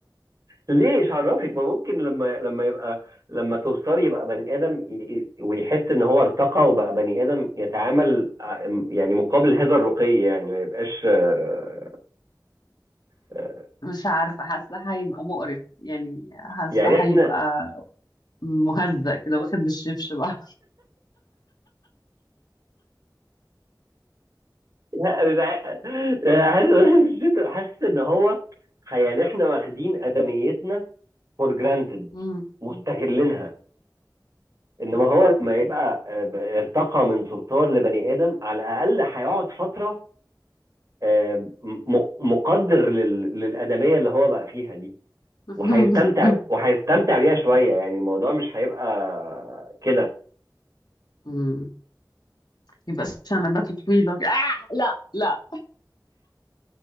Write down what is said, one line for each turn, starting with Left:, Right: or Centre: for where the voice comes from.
Right: ليه إيش عرفك؟ ما ممكن لما لما يبقى لما صرصار يبقى بني آدم ي- ي- ويحس إن هو ارتقى وبقى بني آدم يتعامل ع- يعني مقابل هذا الرقي يعني ما يبقاش آه، آه،
Left: مش عارفة حاسة هيبقى مقرف يعني حاسة
Right: يعني إحنا
Left: هيبقى مهزأ كده واخد بالشبش بقى
Right: <laughs> حاسس حاسس إن هو يعني إحنا واخدين آدميتنا فور جرانتد
Left: مم.
Right: مستغلينها انما هو لما يبقى آه، ب- ارتقى من صرصار لبني ادم على الاقل هيقعد فتره آه، م- مقدر لل- للادميه اللي هو بقى فيها دي
Left: <laughs>
Right: وهيستمتع وهيستمتع بيها شويه يعني الموضوع مش هيبقى كده
Left: مم. يبقى شنباته طويلة كده. آه لا لا